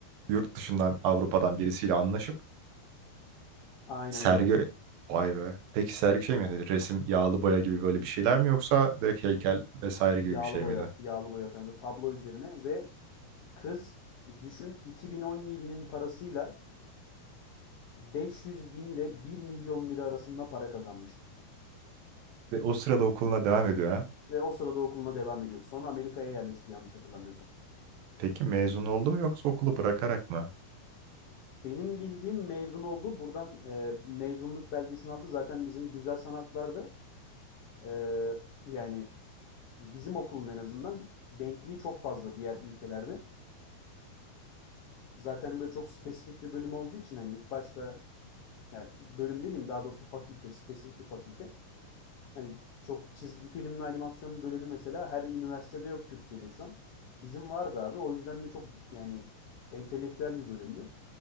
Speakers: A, on the right; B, on the left.
A: yurt dışından Avrupa'dan birisiyle anlaşıp
B: Aynen
A: sergi
B: öyle.
A: vay be. Peki sergi şey mi yani resim, yağlı boya gibi böyle bir şeyler mi yoksa direkt heykel vesaire gibi
B: Yağlı
A: bir şey
B: boya,
A: miydi?
B: yağlı boya kanka tablo üzerine ve Kız düşün 2017'nin parasıyla 500 bin ile 1 milyon lira arasında para kazanmıştı.
A: Ve o sırada okuluna devam ediyor ha.
B: Ve o sırada okuluna devam ediyordu. Sonra Amerika'ya yerleşti yanlış hatırlamıyorsam.
A: Peki mezun oldu mu yoksa okulu bırakarak mı?
B: Benim bildiğim mezun oldu. Buradan e, mezunluk belgesini aldı. Zaten bizim güzel sanatlarda e, yani bizim okulun en azından denkliği çok fazla diğer ülkelerde. Zaten böyle çok spesifik bir bölüm olduğu için hani ilk başta yani bölüm dediğim daha doğrusu fakülte, spesifik bir fakülte. Hani çok çizgi film ve animasyon bölümü mesela her üniversitede yok Türkiye'de şu an. Bizim vardı abi. O yüzden de çok yani entelektüel bir bölümdü.